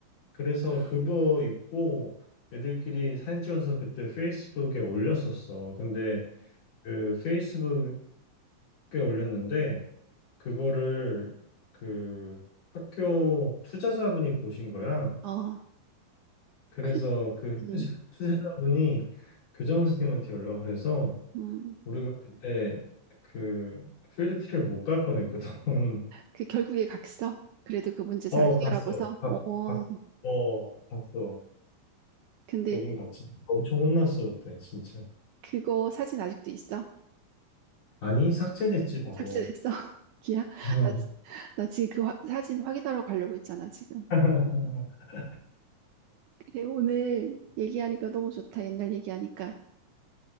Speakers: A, on the left; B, on the right.
A: 그래서 그거 입고 애들끼리 사진 찍어서 그때 페이스북에 올렸었어. 근데 그 페이스북에 올렸는데 그거를 그 학교 투자자분이 보신 거야.
B: 아. 어,
A: 그래서
B: 그,
A: 그
B: 음,
A: 투자- 투자자분이 교정 선생님한테 연락을 해서
B: 음.
A: 우리가 그때 그 필드트를 못 갈 뻔했거든.
B: 그 결국에 갔어. 그래도 그 문제 잘
A: 어,
B: 해결하고서.
A: 갔어. 가,
B: 어,
A: 가, 어, 갔어.
B: 근데
A: 가긴 갔지. 엄청 혼났어, 그때, 진짜.
B: 그거 사진 아직도 있어?
A: 아니, 삭제됐지, 바로.
B: 삭제됐어? <laughs> 기야?
A: 어,
B: 나, 지- 나 지금 그 화- 사진 확인하러 가려고 했잖아, 지금.
A: <laughs>
B: 그래, 오늘 얘기하니까 너무 좋다. 옛날 얘기하니까.